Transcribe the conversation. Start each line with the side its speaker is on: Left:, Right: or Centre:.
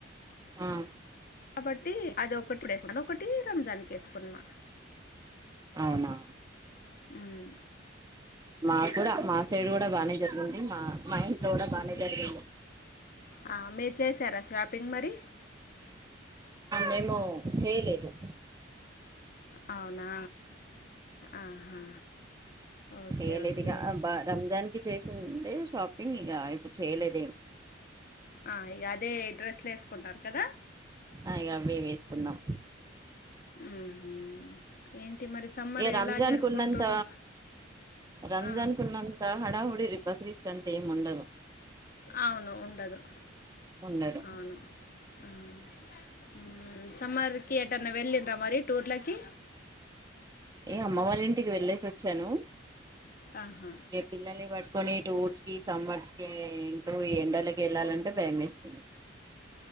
Right: ఆ
Left: కాబట్టి అది ఒకటి మకటి రంజాన్ వేసుకున్నా
Right: అవునా
Left: ఉమ్.
Right: మా కూడా మా సైడు కూడా బాగానే జరిగింది మా మా ఇంట్లో కూడా బాగానే జరిగింది
Left: ఆ, మీరు చేశారా షాపింగ్ మరి
Right: మేము చేయలేదు
Left: అవునా ఆహా ఓకే
Right: ఏల్దికబ్బా
Left: ఓకే
Right: రంజాన్కి చేసింటే షాపింగ్ ఇక ఇప్పుడు చేయలేదేం
Left: ఆ ఇక అదే డ్రెస్లు వేసుకున్నారు కదా
Right: అగబయ వేసుకున్నాం
Left: ఉహుం. ఏంటి మరి సమ్మర్
Right: ఏ రంజాన్
Left: ఎలా జరుపుకుంటారు
Right: కు ఉన్నంత రంజాన్
Left: ఆ,
Right: కు ఉన్నంత హడావుడి అ బక్రీద్ అంటేముండదు
Left: అవును ఉండదు
Right: ఉండదు
Left: అవును ఉమ్ సమ్మర్కి ఏటన్నా వెళ్ళండరా మరి టూర్లకి
Right: ఏ అమ్మ వాళ్ళ ఇంటికి వెళ్ళేసి వచ్చాను
Left: ఆహా
Right: ఏ పిల్లే పట్టుకొని ఊట్స్ కి సమ్మర్స్ క ఏంటో ఎండలకి వెళ్ళాలంటే భయమేస్తుంది